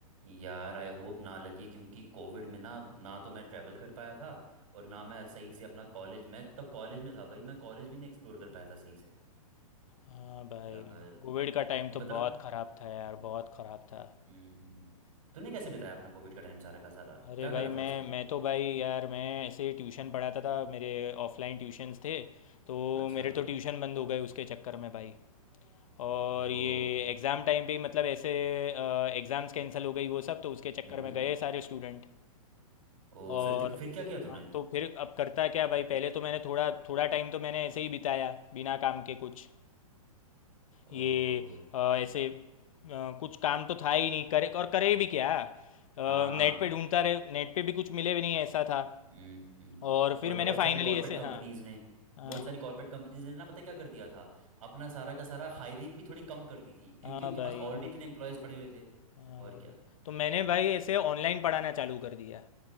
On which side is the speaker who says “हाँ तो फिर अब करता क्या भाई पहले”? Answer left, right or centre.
Left